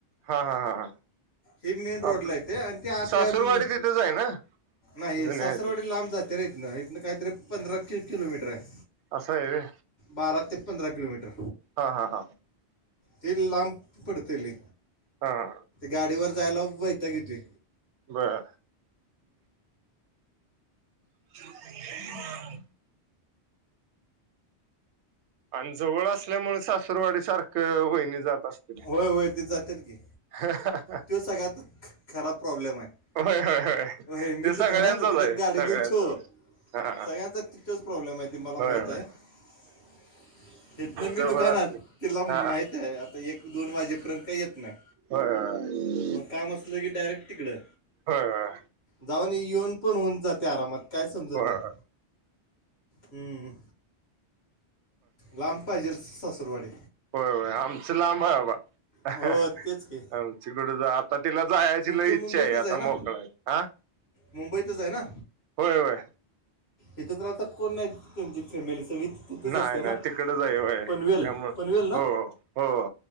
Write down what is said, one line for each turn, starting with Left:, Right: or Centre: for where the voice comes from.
Right: हा हा हा ह
Left: हे मेन रोडला
Right: आपली
Left: येते आणि ते आतल्या
Right: सासुरवाडी
Left: म-
Right: तिथेच आहे ना?
Left: नाही
Right: जुन्या
Left: सासरवाडी
Right: ह्याचे
Left: लांब जाते रे इथनं इथनं काहीतरी पंधरा किलोमीटर आहे.
Right: असं आहे व्हय?
Left: बारा ते पंधरा कलोमीटर.
Right: हा हा हा
Left: ती लांब पडतंय लय.
Right: हा हां
Left: गाडीवर जायला वैताग येतोय.
Right: बरं <unintelligible> आणि जवळ असल्यामुळे सासरवाडी सारख वहिनी जात असतील.
Left: व्हयं व्हयं तिथं जातेत कि
Right: <unintelligible>
Left: त्यो सगळ्यात खराब प्रॉब्लेम आहे
Right: होय होय होय
Left: हे मी
Right: ते सगळ्यांचाच
Left: दुकानात तिकडं
Right: आहे
Left: गाडी
Right: सगळ्यांचाच
Left: घेऊन छु.
Right: हा
Left: सगळ्यांचा त्योच प्रॉब्लेम आहे ते मला
Right: होय
Left: माहित
Right: होय
Left: आहे इथन मी
Right: जवळ
Left: दुकानात
Right: असले
Left: तिला माहीत
Right: हा
Left: आहे आता एक दोन वाजेपर्यंत काही येत नाही.
Right: हो होय
Left: मग काम असलं की डायरेक्ट तिकडं
Right: होय होय
Left: जाऊन येऊन पण होऊन जाते आरामात काय समजत
Right: होय
Left: नाही. हम्म लांब पाहिजेल सासुरवाडी
Right: हो आमचा लांब आहे बाबा
Left: हो तेच की
Right: आमची कुठं जात आता तिला जायची
Left: तुमचं
Right: लई इच्छा
Left: मुंबईतच
Right: आहे आता
Left: ना
Right: मोकळा हा
Left: मुंबईतच आहे ना?
Right: होय होय
Left: इथ तर आता कोण नाही त्यांची फॅमिली सगळी तिथच
Right: नाही
Left: असते
Right: नाही
Left: ना
Right: तिकडच आहे होय
Left: पनवेल
Right: त्यामुळं
Left: पनवेल ना
Right: हो हो